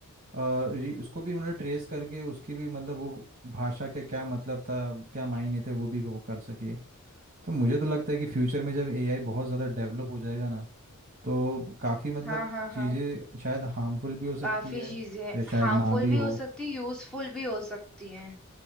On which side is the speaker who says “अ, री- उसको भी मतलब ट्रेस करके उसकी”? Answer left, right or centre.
Right